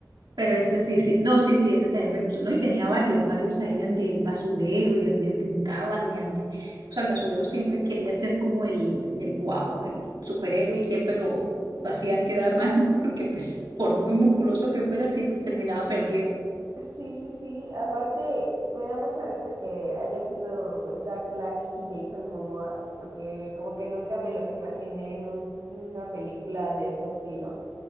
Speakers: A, on the right (about 80°); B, on the right (about 60°).
A: Pero ese sí, sí. No, sí, sí, ese también me gustó. No, y tenía varios, varios ahí ande el basurero y ande brincaban y ande. O sea, el basurero siempre quería ser como el, el wow, el superhéroe y siempre lo, lo hacían quedar mal <laughs> porque pues por muy musculoso que fuera siempre terminaba perdiendo.
B: Sí, sí, sí. Aparte, me da mucha risa que haya sido Jack Black y Jason Momoa, porque como que nunca me los imaginé en un- una película de este estilo.